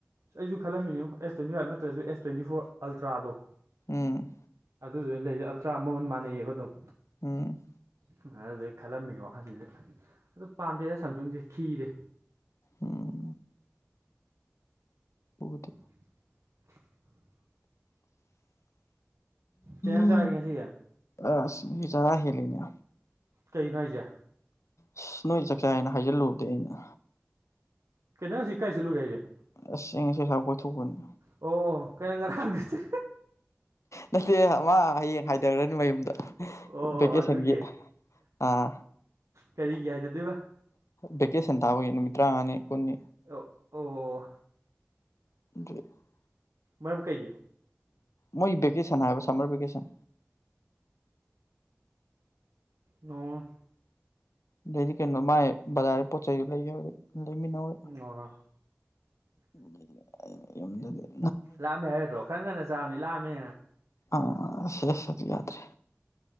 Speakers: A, on the right (about 80°); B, on the left (about 75°).
A: ꯑꯩꯁꯨ ꯈꯜꯂꯝꯃꯤꯅꯤ ꯑꯦꯁ ꯇ꯭ꯋꯦꯟꯇꯤ ꯐꯥꯏꯚ ꯅꯠꯇ꯭ꯔꯁꯨ ꯑꯦꯁ ꯇ꯭ꯋꯦꯟꯇꯤ ꯐꯣꯔ ꯑꯜꯇ꯭ꯔꯥꯗꯣ
B: ꯎꯝ
A: ꯑꯗꯨꯗꯨꯅ ꯂꯩꯗꯤ ꯑꯜꯇ꯭ꯔꯥ ꯃꯃꯟ ꯃꯥꯟꯅꯩꯌꯦꯕ ꯑꯗꯨꯝ
B: ꯎꯝ
A: ꯁꯨꯃꯥꯏꯅ ꯑꯗꯨꯩꯅ ꯈꯜꯂꯝꯃꯤꯅꯦ ꯋꯥꯈꯜꯁꯤꯗ ꯑꯗꯨ ꯄꯥꯝꯗꯦꯗ ꯁꯝꯁꯨꯡꯁꯦ ꯈꯤꯔꯦ
B: ꯑꯣꯝ ꯎꯗꯤ
A: <unintelligible> ꯀꯩ ꯏꯟꯖꯥꯡ
B: ꯎ
A: ꯆꯥꯔꯒꯦ ꯉꯁꯤꯒꯤ
B: ꯑꯁ ꯆꯔꯥ ꯍꯜꯂꯦꯅꯦ
A: ꯀꯩꯅꯣ ꯍꯥꯏꯖꯦ
B: ꯑꯁ ꯅꯣꯏ ꯆꯥꯛꯆꯥ ꯍꯥꯏꯅ ꯍꯥꯏꯖꯤꯜꯂꯨꯕꯗꯤ ꯑꯩꯅ
A: ꯀꯩꯅꯣ ꯍꯧꯖꯤꯛ ꯀꯥꯏ ꯆꯠꯂꯨꯒꯦ ꯍꯥꯏꯖꯦ
B: ꯑꯁ ꯑꯩ ꯉꯁꯤ ꯑ꯭ꯁꯥꯏꯕꯥꯎ ꯀꯣꯏꯊꯣꯛꯄꯅꯤ
A: ꯑꯣ ꯀꯩꯅꯪ ꯉꯔꯥꯡ ꯒꯤ <unintelligible>
B: ꯅꯠꯇꯦ ꯑꯃ ꯍꯌꯦꯡ ꯍꯥꯏꯊꯈ꯭ꯔꯅꯤ ꯃꯌꯨꯝꯗ
A: ꯑꯣ
B: ꯕꯦꯗꯦꯁꯪꯒꯤ
A: ꯑꯣ ꯑꯗꯨꯒꯤ
B: ꯑꯥ
A: ꯀꯔꯤꯒꯤ ꯍꯥꯏꯗꯗꯣꯏꯕ
B: ꯚꯦꯀꯦꯁꯟ ꯇꯥꯕꯒꯤ ꯅꯨꯃꯤꯠ ꯇꯔꯥꯃꯉꯥꯅꯤ ꯀꯨꯟꯅꯤ
A: ꯑꯣ ꯑꯣ
B: <inaudible>
A: ꯃꯔꯝ ꯀꯩꯒꯤ
B: ꯃꯣꯏ ꯚꯦꯀꯦꯁꯟ ꯍꯥꯏꯕ ꯁꯃꯔꯚꯤꯀꯦꯁꯟ
A: ꯑꯣ
B: ꯑꯗꯩꯗꯤ ꯀꯩꯅꯣ ꯃꯥꯥꯏ ꯕꯖꯥꯔꯒꯤ ꯄꯣꯠ ꯆꯩꯖꯨ ꯂꯩꯒꯦ ꯍꯧ ꯂꯩꯃꯤꯟꯅꯧꯔꯦ
A: ꯑꯣ
B: ꯗꯤ <unintelligible>
A: ꯂꯥꯛꯑꯝꯃꯦ ꯍꯥꯏꯗ꯭ꯔꯣ ꯈꯔ ꯉꯟꯅ ꯆꯥꯕꯅꯤ ꯂꯥꯛꯑꯝꯃꯦ
B: ꯑ ꯁꯤꯦꯁꯗꯤ ꯌꯥꯗ꯭ꯔꯦ